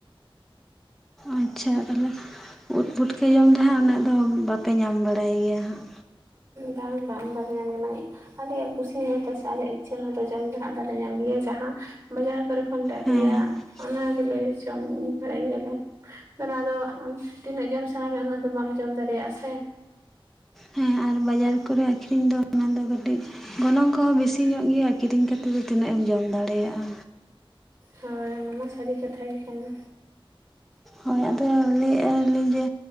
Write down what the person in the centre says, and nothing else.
ᱟᱪᱪᱷᱟ ᱛᱟᱦᱚᱞᱮ᱾ ᱩᱫ ᱯᱩᱴᱠᱟᱹ ᱡᱚᱢ ᱫᱚ ᱦᱟᱸᱜ ᱩᱱᱟᱹᱜ ᱫᱚ ᱵᱟᱯᱮ ᱧᱟᱢ ᱵᱟᱲᱟᱭ ᱜᱮᱭᱟ ᱦᱟᱸᱜ᱾
ᱦᱮᱸ ᱦᱮᱸ
ᱦᱮᱸ ᱟᱨ ᱵᱟᱡᱟᱨ ᱠᱚᱨᱮ ᱟᱠᱠᱷᱨᱤᱧ ᱫᱚ ᱚᱱᱟ ᱫᱚ ᱠᱟᱹᱴ᱾ ᱴᱤᱡ ᱜᱚᱱᱚᱝ ᱠᱚᱦᱚᱸ ᱵᱤᱥᱤ ᱧᱚᱜ ᱜᱮᱭᱟ ᱠᱤᱨᱤᱧ ᱠᱟᱛᱮᱫ ᱫᱚ ᱛᱤᱱᱟᱹᱜ ᱮᱢ ᱡᱚᱢ ᱫᱟᱲᱮᱭᱟᱜᱼᱟ᱾
ᱦᱳᱭ ᱟᱫᱚ ᱞᱮᱭᱮᱜᱼᱟ ᱞᱤᱧ ᱡᱮ᱾